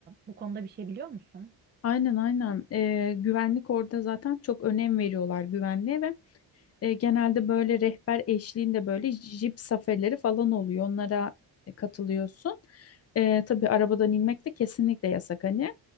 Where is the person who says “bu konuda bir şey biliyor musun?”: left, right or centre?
Right